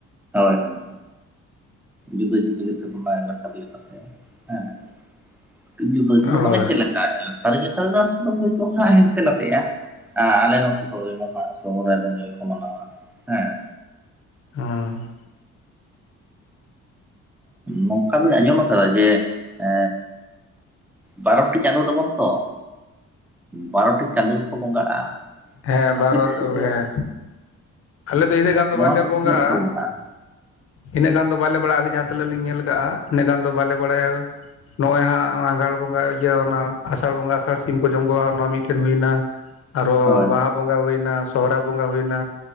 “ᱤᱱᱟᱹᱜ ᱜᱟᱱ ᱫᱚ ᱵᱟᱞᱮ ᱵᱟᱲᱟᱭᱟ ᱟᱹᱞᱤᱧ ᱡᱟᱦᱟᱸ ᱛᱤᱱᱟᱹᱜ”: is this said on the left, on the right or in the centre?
Left